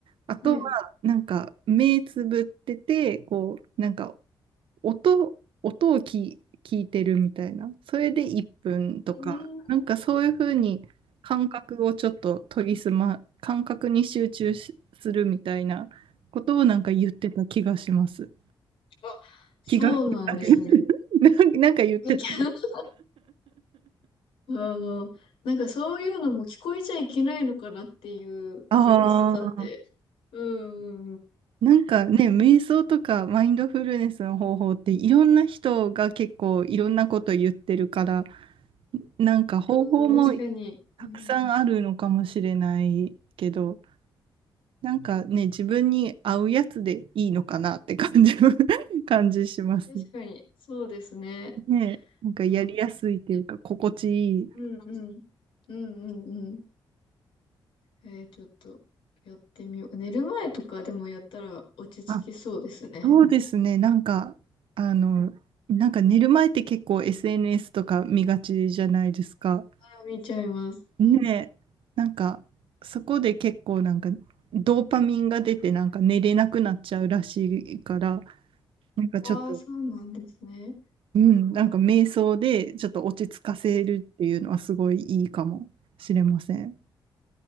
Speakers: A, on the right; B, on the left.
A: あとは、
B: はい。
A: なんか、目つぶってて、こう、なんか、音、音を聞い、聞いてるみたいな、それで1分とか、
B: うん。
A: なんかそういうふうに感覚をちょっと研ぎ澄ま、感覚に集中しするみたいなことをなんか言ってた気がします。
B: あ、そうなんですね。
A: 気が、<laughs> なんか <laughs> なんか言ってた。
B: <laughs> あの、なんかそういうのも聞こえちゃいけないのかなっていう気がしてたんで。
A: <laughs> あ
B: うん、うん
A: なんかね、瞑想とかマインドフルネスの方法っていろんな人が結構いろんなこと言ってるから、なんか方法も
B: うん、うん確かに。
A: たくさんあるのかもしれないけど、
B: うん、
A: なんかね、自分に合うやつでいいのかなって感じ、<laughs> 感じします。
B: 確かに、そうですね。
A: ね、なんかやりやすいっていうか、
B: あ、
A: 心地いい。
B: うんうん。うんうんうん。えー、ちょっとやってみよう。寝る前とかでもやったら落ち着きそうですね。
A: あ、そうですね、なんか、あの、なんか寝る前って結構 SNS とか見がちじゃないですか。
B: あ見ちゃいます。
A: ねえ、
B: うん
A: なんか、そこで結構なんか、ドーパミンが出て、なんか寝れなくなっちゃうらしいから、なんかちょっと、
B: ああ、そうなんですね。
A: うん、なんか瞑想でちょっと落ち着かせるっていうのはすごいいいかもしれません。